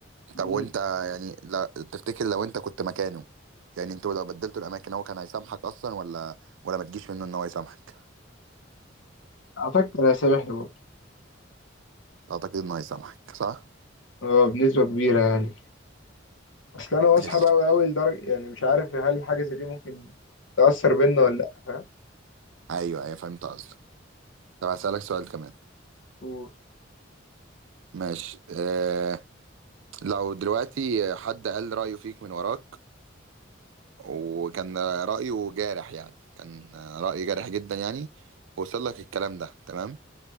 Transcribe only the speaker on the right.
طب وانت يعني لا تفتكر لو انت كنت مكانه يعني انتوا لو بدلتوا الاماكن هو كان هيسامحك اصلا ولا ولا ما تجيش منه ان هو يسامحك؟
اعتقد انه هيسامحك صح؟
ماشي
ايوه ايوه فهمت قصدك طب هسألك سؤال كمان
ماشي آه لو دلوقتي حد قال رأيه فيك من وراك وكان رأيه جارح يعني كان رأي جارح جدا يعني ووصل لك الكلام ده تمام